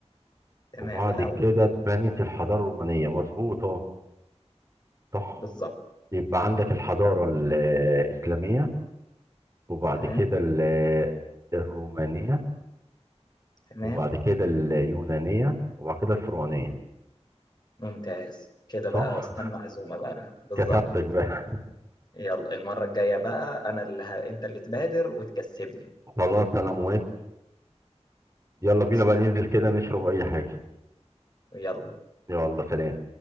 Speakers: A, on the left; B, on the right.
A: تمام
B: وبعد
A: الاول
B: كده اتبنت الحضارة الرومانية مظبوطة صح
A: بالظبط
B: يبقى عندك الحضارة الاسلامية وبعد
A: تمام
B: كده ال- آه، الرومانية
A: تمام
B: وبعد كده اليونانية وبعد كده الفرعونية
A: ممتاز كده
B: صح
A: بقى استنى عزومة بقى بالظبط
B: كتبتك بقى
A: يلا المرة الجاية بقى انا اللي ه... انت اللي تبادر وتكسبني
B: <laughs> خلاص انا موافق يلا
A: ماشي
B: بينا بقى ننزل كده نشرب اي حاجة
A: يلا
B: يلا سلام